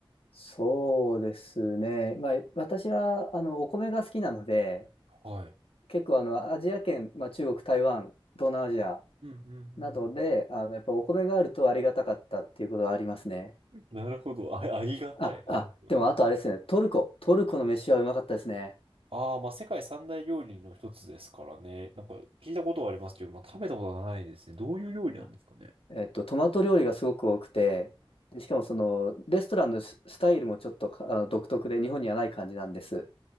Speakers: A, on the left; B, on the right.
A: そうですね。まあ、私は、あの、お米が好きなので、
B: はい。
A: 結構、あの、アジア圏、まあ、中国、台湾、東南アジア
B: うんうん
A: などで、あの、やっぱお米があるとありがたかったっていうことはありますね。
B: うん。なるほど。あ、ありがたい。
A: あ、
B: なるほど。
A: あ、でも、あとあれですね。トルコ。トルコの飯はうまかったですね。
B: ああ、まあ世界三大料理の一つですからね。なんか聞いたことはありますけど、まあ食べたことはないですね。どういう料理なんですかね。
A: あえっと、トマト料理がすごく多くて、でしかも、その、レストランのススタイルもちょっと、あの、独特で、日本にはない感じなんです。